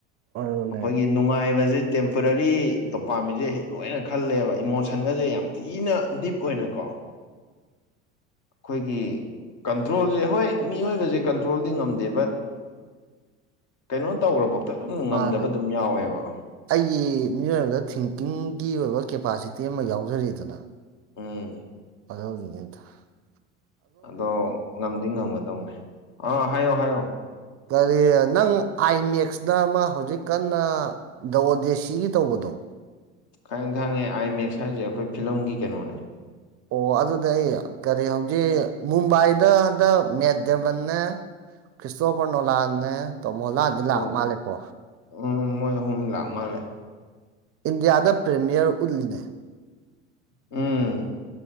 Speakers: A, on the right; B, on the left.
A: ꯑꯗꯨꯅꯦ
B: ꯑꯩꯈꯣꯏꯒꯤ ꯅꯨꯡꯉꯥꯏꯕꯁꯦ ꯇꯦꯝꯄꯔꯔꯤꯗꯣ ꯄꯥꯝꯃꯤꯁꯦ ꯂꯣꯏꯅ ꯈꯜꯂꯦꯕ ꯏꯃꯣꯁꯟꯒꯁꯦ ꯌꯥꯝ ꯊꯤꯅ ꯗꯤꯞ ꯑꯣꯏꯅꯀꯣ
A: <inaudible>
B: ꯑꯩꯈꯣꯏꯒꯤ ꯀꯟꯇ꯭ꯔꯣꯜꯁꯦ ꯍꯣꯏ ꯃꯤꯑꯣꯏꯕꯁꯦ ꯀꯟꯇ꯭ꯔꯣꯜꯗꯤ ꯉꯝꯗꯦ ꯕꯠ ꯀꯩꯅꯣ ꯇꯧꯈ꯭ꯔꯐꯧꯗ ꯑꯗꯨꯝ ꯉꯝꯗꯕ
A: ꯃꯥꯅꯦ
B: ꯑꯗꯨꯝ ꯌꯥꯎꯋꯦꯕ
A: ꯑꯩꯒꯤ ꯃꯤꯑꯣꯏꯕꯗ ꯊꯤꯡꯀꯤꯡꯒꯤ ꯑꯣꯏꯕ ꯀꯦꯄꯥꯁꯤꯇꯤ ꯑꯃ ꯌꯥꯎꯖꯔꯤꯗꯨꯅ
B: ꯎꯝ
A: ꯑꯗꯥ <unintelligible>
B: ꯑꯗꯣ ꯉꯝꯗꯤ ꯉꯝꯒꯗꯧꯅꯦ ꯑꯥ ꯍꯥꯏꯌꯣ ꯍꯥꯏꯌꯣ
A: ꯀꯔꯤ ꯅꯪ ꯑꯥꯏ ꯃꯦꯛꯁꯅ ꯑꯃ ꯍꯧꯖꯤꯛ ꯀꯟꯅ ꯗꯋ ꯗꯦꯁꯤꯒꯤ ꯇꯧꯕꯗꯣ
B: ꯈꯪ ꯈꯪꯉꯦ ꯑꯥꯏ ꯃꯦꯛꯁ ꯍꯥꯏꯁꯦ ꯑꯩꯈꯣꯏ ꯐꯤꯂꯝꯒꯤ ꯀꯩꯅꯣꯅꯦ
A: ꯑꯣ ꯑꯗꯨꯗꯤ ꯑꯩ ꯀꯔꯤ ꯍꯧꯖꯤꯛ ꯃꯨꯝꯕꯥꯏꯗ ꯍꯟꯗꯛ ꯃꯦꯠ ꯗꯦꯕꯟꯅꯦ ꯀ꯭ꯔꯤꯁꯣ ꯄꯅꯣ ꯂꯑ ꯃ ꯂꯥꯅꯤ
B: ꯑꯗꯨꯝ
A: ꯂꯥ ꯃꯥꯂꯀꯣ
B: ꯎꯝ ꯃꯣꯏ ꯑꯍꯨꯝ ꯂꯥꯛ ꯃꯥꯜꯂꯦ
A: ꯏꯟꯗꯤꯌꯥꯗ ꯄ꯭ꯔꯤꯃꯤꯌꯔ ꯎꯠꯂꯤꯅꯦ
B: ꯎꯝ